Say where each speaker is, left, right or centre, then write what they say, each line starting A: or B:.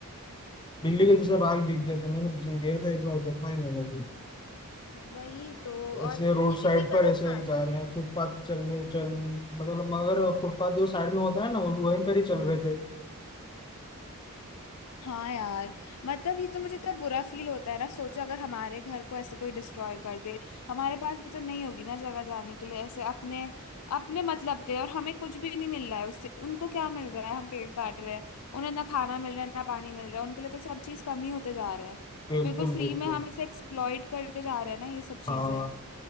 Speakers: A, on the left; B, on the left.
A: बिल्ली के जैसे भाग दिख जाते हैं मैंने गया था एक बार देखा है मैंने भी
B: वही तो
A: ऐसे
B: और
A: रोड
B: ये
A: साइड
B: कितनी
A: पर
B: गलत
A: ऐसे
B: बात
A: ही जा
B: है
A: रहे हैं फुटपाथ पे चल रहे चल मतलब मगर फुटपाथ जो साइड में होता है ना वो- वहीं पर ही चल रहे थे
B: हाँ यार मतलब ये तो मुझे इतना बुरा फील होता है ना सोचो अगर हमारे घर को ऐसे कोई डिस्ट्रॉय कर दे हमारे पास भी तो नहीं होगी ना जगह जाने के लिए ऐसे अपने अपने मतलब के लिए और हमें कुछ भी नहीं मिल रहा है उससे उनको क्या मिल रहा है हम पेड़ काट रहे हैं उन्हें ना खाना मिल रहा है ना पानी मिल रहा है उनके लिए तो सब चीज कम ही होते जा रहा है
A: बिल्कुल
B: बिल्कुल फ्री
A: बिल्कुल
B: में हम ऐसे एक्सप्लॉइट करते जा रहे हैं ना ये सब
A: हाँ
B: चीजें